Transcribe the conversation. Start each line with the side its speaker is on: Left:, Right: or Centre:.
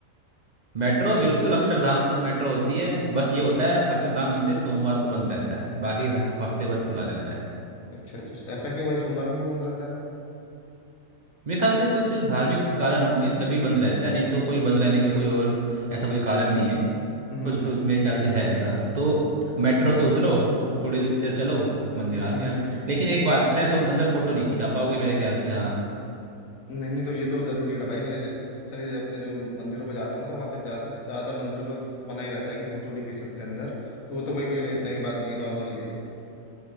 Right: मेट्रो बिल्कुल अक्षरधाम तक मेट्रो होती है बस ये होता है अक्षरधाम मंदिर सोमवार को बंद रहता है बाकी ह- हफ्ते भर खुला रहता है
Left: अच्छा अच्छा अच्छा। ऐसा क्यों भाई सोमवार को क्यों बंद रहता है
Right: मेरे ख्याल से कुछ धार्मिक कारण होंगे तभी बंद रहता है नहीं तो कोई बंद रहने का कोई और ऐसा कोई कारण नहीं है
Left: हम्म
Right: कुछ मेरे ख्याल से है ऐसा तो मेट्रो से उतरो थोड़ी देर चलो मंदिर आ गया
Left: हम्म
Right: लेकिन एक बात है तुम अंदर फोटो नहीं खिंचा पाओगे मेरे ख्याल से हाँ
Left: नहीं नहीं तो ये तो जरूरी है ना भाई मैंने ज- बहुत सारी अपने जो मंदिरों पे जाता हूँ ना तो वहाँ पे जा- ज्यादातर मंदिरों पे मना ही रहता है कि फोटो नहीं खींच सकते अंदर तो वो तो कोई कोई नई नई बात नहीं है नॉर्मल ही है वो तो